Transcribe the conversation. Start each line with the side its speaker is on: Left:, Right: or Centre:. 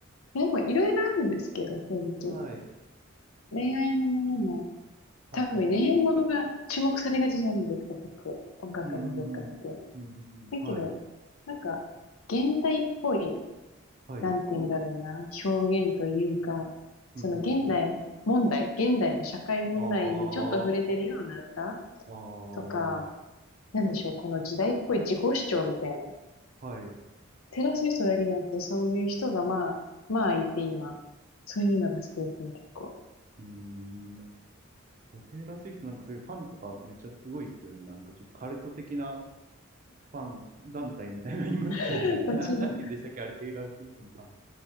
Left: でもいろいろあるんですけど、正直。
Right: はい。
Left: 恋愛のものも、
Right: はははは。
Left: 多分恋愛ものが注目されがちじゃないですか、結構。音楽の業界って。
Right: うんうんうん。うんうんうん。
Left: だけど、
Right: はい。
Left: なんか、現代っぽい、
Right: はい。
Left: なんて言うんだろうな、表現というか、
Right: うんうんうん
Left: その現代問題、現代の社会問題にちょっと触れてるような歌
Right: うん。ああ。ああ。
Left: とか、なんでしょう、この時代っぽい自己主張みたいな。
Right: はい。う
Left: テラス人だけじゃなくて、そういう人がまあ、まあいて今、そういうのが好きですね、結構。
Right: ーん。いや、テイラー・スウィフトなんかそういうファンとかめっちゃすごいっすよね。なんかちょっとカルト的なファン団体みたいなのいますよね。
Left: <laughs>
Right: な、
Left: 私も、
Right: ななんて言うんでしたっけあれ、テイラー・スウィフトのファン。